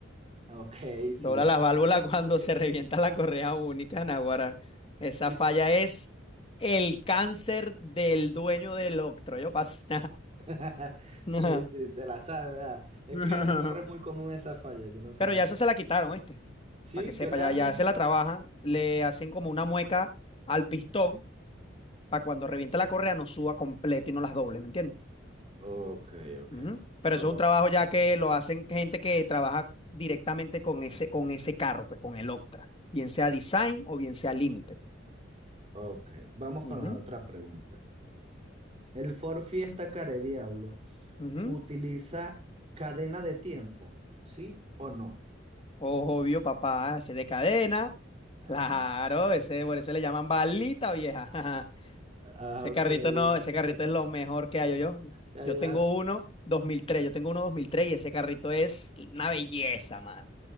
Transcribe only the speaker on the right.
Ok, sí.
<laughs>
Sí,
sí, sí.
<laughs>
Sí, sí, te la sabes, ¿verdad? Es
que en esos carros es muy común esa falla, yo no sé
por
qué.
Sí,
¿qué le
hacen?
Ok, ok.
Ahora,
ok. Vamos
con la otra pregunta. El Ford Fiesta Care Diablo
utiliza cadena de tiempo, ¿sí o no?
Ah,
ah,
ok,
ok.
Ya
llevas